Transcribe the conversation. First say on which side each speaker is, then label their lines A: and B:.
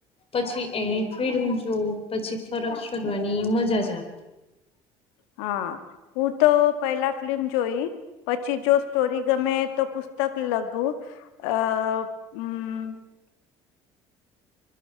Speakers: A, on the left; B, on the left.
A: પછી એની ફિલ્મ જોવ પછી ફરજ શોધવાની મજા જ આવે
B: હા હું તો પેલા ફિલ્મ જોઈ પછી જો સ્ટોરી ગમે તો પુસ્તક લખું અ <unintelligible>